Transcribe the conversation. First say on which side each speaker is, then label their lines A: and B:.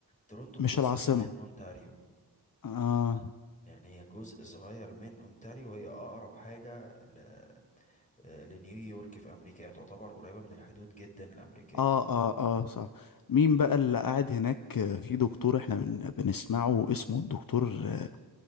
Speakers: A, on the left; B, on the left.
A: تورونتو جزء
B: مش العاصمة
A: من اونتاريو
B: آه
A: يعني هي جزء صغير من اونتاريو وهي اقرب حاجه ل... آه، لنيويورك في امريكا يعني تعتبر قريبه من الحدود جدا الامريكيه
B: آه آه آه صح مين بقى اللي قاعد هناك آه، في دكتور احنا بن... بنسمعه اسمه الدكتور آه